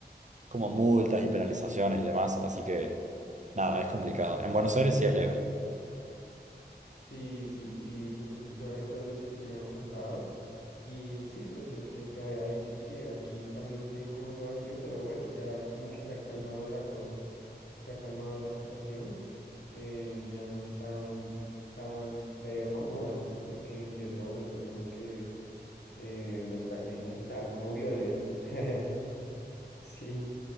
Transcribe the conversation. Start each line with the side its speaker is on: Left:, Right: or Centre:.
Right: como multas y penalizaciones y demás. Así que nada, es complicado. En Buenos Aires sí es legal.
Left: Sí, sí, sí, yo, creo- yo recuerdo sí que me habías contado. Y sí, pues lo que te había dicho, sí, aquí también tienen como ese vacío, pero bueno, ya como que se ha calmado la cosa, se ha calmado la situación, em, ya no es tan, tan feo <laughs> como antes, porque en cierto momento como que eh, los taxistas estaban como violentos. <laughs> Sí,